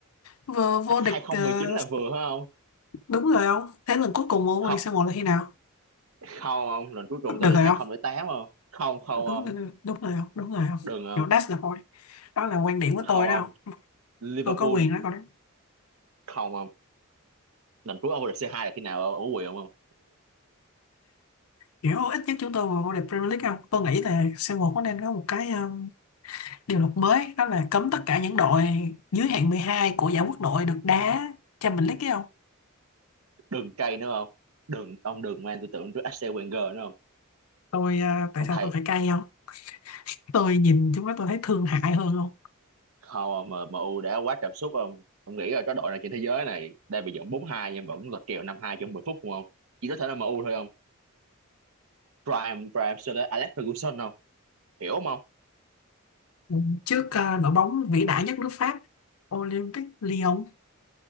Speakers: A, on the left; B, on the right.
A: vừa vô
B: Hai-
A: địch
B: 2019
A: ờ,
B: là vừa phải không
A: đúng rồi không? Thế lần cuối cùng vô
B: không
A: địch c một là khi nào?
B: không ông lần cuối cùng tôi
A: Được
B: được
A: rồi
B: 2008
A: không?
B: không không tám không Không, không
A: đúng
B: ông
A: là đúng rồi không đúng rồi không
B: đừng không
A: kiểu that's the point đó là quan điểm của
B: không
A: tôi đó
B: ông
A: không
B: Liverpool
A: tôi có quyền nói câu đó
B: không ông lần cuối ông được C2 là khi nào ông ở quyền không ông?
A: kiểu ít nhất chúng tôi vào vô địch Premier League không tôi nghĩ là c một có nên có một cái um, điều luật mới đó là cấm tất cả những đội dưới hạng 12 của giải quốc nội được đá Champions League ấy không
B: đừng cay nữa không đừng ông đừng mang tư tưởng trước Arsene Wenger nữa không
A: tôi uh, tại
B: ông
A: sao
B: thầy
A: tôi phải cay không tôi nhìn chúng nó tôi thấy thương hại hơn không
B: không ông, M- MU đã quá cảm xúc ông ông nghĩ là cái đội này trên thế giới này đang bị dẫn bốn hai nhưng vẫn là kèo năm hai trong 10 phút không ông chỉ có thể là MU thôi không Prime Prime Sir Alex Ferguson không hiểu không ông?
A: Ừ, trước uh, đội bóng vĩ đại nhất nước Pháp Olympic Lyon